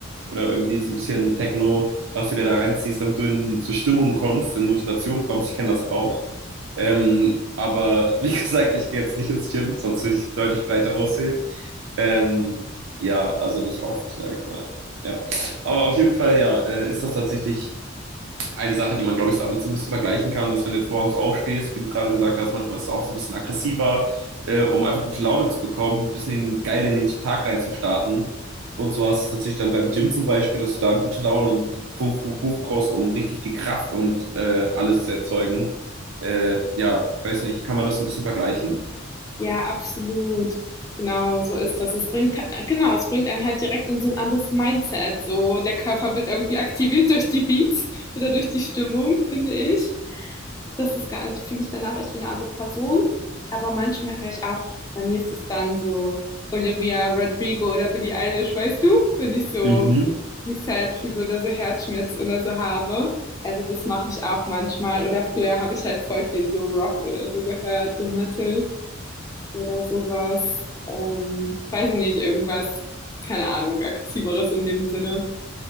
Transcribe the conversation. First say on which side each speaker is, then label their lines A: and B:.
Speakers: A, on the right; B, on the left.
A: oder irgendwie so ein bisschen Techno, was du dir da reinziehst, damit du in so Stimmung kommst, in Motivation kommst. Ich kenne das auch. Ähm, aber <laughs> wie gesagt, ich gehe jetzt nicht ins Gym, sonst würde ich deutlich breiter aussehen. Ähm, ja, also nicht oft, sag ich mal. Ja. Aber auf jeden Fall, ja, äh, ist das tatsächlich eine Sache, die man, glaube ich, damit so ein bisschen vergleichen kann, dass wenn du jetzt morgens aufstehst, wie du gerade gesagt hast, manchmal ist es auch so ein bisschen aggressiver, äh, um einfach gute Laune zu bekommen, ein bisschen in den, geil in den Tag reinzustarten. Und so hast du es natürlich dann beim Gym zum Beispiel, dass du da gute Laune und Puff, Puff, Puff brauchst, um richtig viel Kraft und äh, alles zu erzeugen. Äh, ja, ich weiß nicht, kann man das so ein bisschen vergleichen?
B: Ja, absolut. Genau, so ist das. Es bringt, genau, es bringt einen halt direkt in so ein anderes Mindset. So, der Körper wird irgendwie aktiviert durch die Beats oder durch die Stimmung, finde ich. Das ist, gar- also ich fühle mich danach echt wie eine andere Person. Aber manchmal höre ich auch, bei mir ist es dann so Olivia Rodrigo oder Billie Eilish, weißt du? Wenn ich so
A: Mhm.
B: mich sad fühle oder so Herzschmerz oder so habe. Also das mache ich auch manchmal. Oder früher habe ich halt voll viel so Rock oder so gehört, so Metal oder sowas. Ähm, weiß ich nicht, irgendwas, keine Ahnung, aggressiveres in dem Sinne,